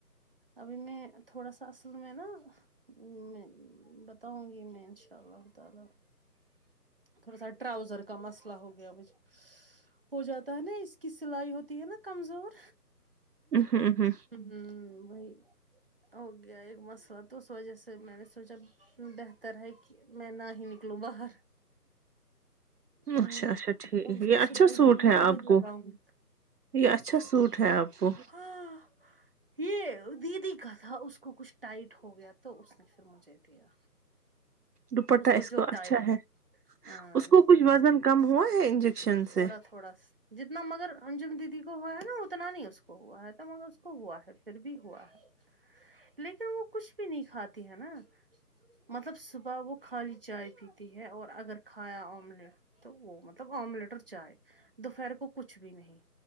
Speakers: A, on the right; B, on the right.
A: ابھی میں تھوڑا سا اصل میں نا ام میں بتاؤں گی میں انشاء اللہ تعالی تھوڑا سا ٹراؤزر کا مسئلہ ہو گیا مجھ ہو جاتا ہے نا اس کی سلائی ہوتی ہے نا کمزور
B: ہوں ہوں
A: ہوں وہی ہو گیا ایک مسئلہ تو اس وجہ سے میں نے سوچا بہتر ہے کہ میں نہ ہی نکلوں باہر ہاں
B: اچھا اچھا ٹھیک
A: اب اس
B: یہ
A: کو
B: اچھا
A: سلائی
B: سوٹ
A: دوں گی
B: ہے
A: تو
B: آپ
A: وہی
B: کو
A: لگاؤں گی
B: یہ اچھا سوٹ ہے آپ کو
A: ہاں یہ دیدی کا تھا اس کو کچھ ٹائٹ ہو گیا تھا تو اس نے پھر مجھے دیا
B: دوپٹہ
A: اس کو
B: کا
A: جو ٹائٹ
B: اچھا ہے
A: ہو ہاں
B: اس کو
A: دوپٹا
B: کچھ وزن
A: سے
B: کم ہوا ہے انجیکشن
A: تھوڑا
B: سے
A: تھوڑا جتنا مگر انجم دیدی کو ہوا ہے نا اتنا نہیں اس کو اس کو ہوا ہے تو مگر اس کو ہوا ہے پھر بھی ہوا ہے لیکن وہ کچھ بھی نہیں کھاتی ہے نا مطلب صبح وہ خالی چائے پیتی ہے اور اگر کھایا آملیٹ تو وہ مطلب آملیٹ اور چائے دوپہر کو کچھ بھی نہیں